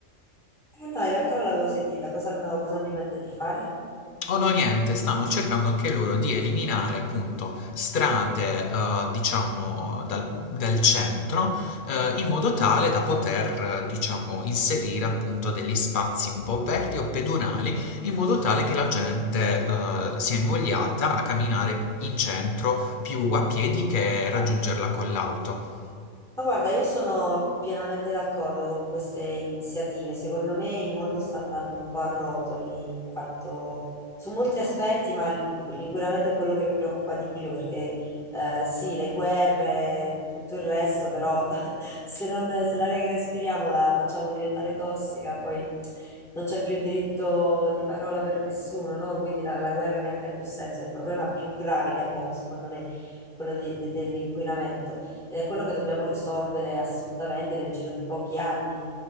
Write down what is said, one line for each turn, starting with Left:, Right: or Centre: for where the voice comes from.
Centre: Eh no, in realtà non l'avevo sentita, cosa hanno, cosa hanno in mente di fare?
Left: O no, niente, stanno cercando anche loro di eliminare appunto strade, eh, diciamo, dal, dal centro, eh, in modo tale da poter, eh, diciamo, inserire appunto degli spazi un po' aperti o pedonali, in modo tale che la gente, eh, sia invogliata a camminare in centro più a piedi che raggiungerla
Centre: Ah,
Left: con l'auto.
Centre: Ma guarda, io sono pienamente d'accordo con queste iniziative. Secondo me il mondo sta andando un po' a rotoli in quanto su molti aspetti, ma l- l'inquinamento è quello che mi preoccupa di più perché eh, sì, le guerre, tutto il resto, però <laughs> se non, se l'aria che respiriamo la facciamo diventare tossica, poi non c'è più diritto di parola per nessuno, no? Quindi la, la guerra neanche ha più senso. È il problema più grave che abbiamo, secondo me, quello di- de- dell'inquinamento ed è quello che dobbiamo risolvere assolutamente nel giro di pochi anni.